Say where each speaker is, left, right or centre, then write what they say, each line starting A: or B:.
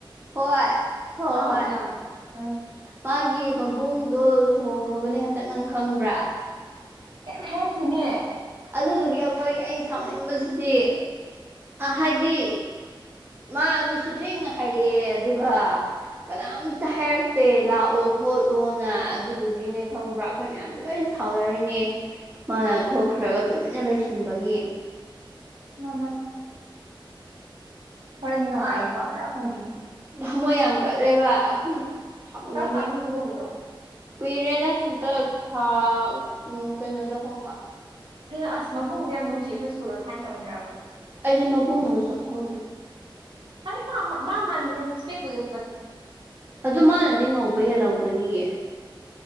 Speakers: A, on the right (about 25°); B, on the right (about 65°).
A: ꯍꯣꯏ ꯍꯣ
B: ꯑꯥꯎ
A: ꯍꯣꯏ
B: ꯀꯩꯗꯧꯔꯕ ꯎꯝ
A: ꯃꯥꯒꯤ ꯃꯕꯨꯡꯗꯣ ꯂꯨꯍꯣꯡꯉꯕꯅꯤ ꯍꯟꯇꯛ ꯅꯪ ꯈꯪꯕ꯭ꯔꯥ
B: ꯀꯩꯝ ꯍꯥꯏꯔꯛꯇꯤꯅꯦ
A: ꯑꯗꯨꯗꯨꯒꯤ ꯑꯩꯈꯣꯏ ꯑꯩ ꯁꯥꯎꯅꯤꯡꯕꯁꯤꯗꯤ ꯍꯥꯏꯗꯤ ꯃꯥ ꯑꯗꯨꯁꯨ ꯊꯦꯡꯅ ꯍꯥꯏꯔꯛꯑꯦ ꯑꯗꯨꯒ ꯀꯅꯥꯝꯇ ꯍꯥꯏꯔꯛꯇꯦ ꯂꯥꯛꯑꯣ ꯈꯣꯠꯂꯣꯅ ꯑꯗꯨꯗꯨꯒꯤꯅꯦ ꯈꯪꯕ꯭ꯔꯥ ꯑꯩꯈꯣꯏ ꯃꯌꯥꯝꯗꯣ ꯂꯣꯏ ꯁꯥꯎꯅꯔꯤꯅꯦ ꯃꯥꯅ ꯊꯣꯛꯈ꯭ꯔꯒ ꯇꯨꯃꯤꯟꯅ ꯂꯩꯁꯟꯕꯒꯤ
B: ꯃꯥ ꯅ ꯍꯣꯔꯦꯟ ꯅꯨꯡꯉꯥꯏꯔꯤꯕ
A: ꯃꯥ
B: ꯑꯃꯔꯛ ꯍꯪꯕꯤꯒꯦ
A: ꯊꯃꯣꯏ ꯌꯥꯝ ꯀꯜꯂꯦꯕ ꯁꯥꯎꯅꯤꯡꯉꯦ
B: ꯀꯔꯝ ꯀꯥꯟꯗ ꯂꯨꯍꯣꯡꯉꯤꯅꯣ
A: ꯀꯨꯏꯔꯦꯗ ꯍꯟꯇꯛ ꯊꯥ ꯎ ꯀꯩꯅꯣꯗ ꯍꯣꯡꯕ
B: ꯀꯩꯅꯣ ꯑꯁ ꯃꯕꯨꯡꯣ ꯌꯥꯝ ꯅꯨꯡꯁꯤ ꯑꯩꯈꯣꯏ ꯁ꯭ꯀꯨꯜꯗ ꯊꯥꯏꯅ ꯇꯧꯃꯤꯟꯅꯔꯄꯗꯣ
A: ꯑꯩꯗꯤ ꯃꯕꯨꯡꯗꯣ ꯃꯁꯛ ꯈꯪꯗꯦ
B: ꯈꯪꯗꯦ ꯃꯥ ꯃꯥ ꯃꯥ ꯃꯥꯥꯟꯕꯅꯦ ꯏꯁꯦꯛꯄꯨꯗꯤ ꯎꯞꯄꯅꯦ
A: ꯑꯗꯨ ꯃꯥꯅꯗꯤ ꯉꯧꯕ ꯍꯦꯜꯂꯝꯒꯅꯤꯌꯦ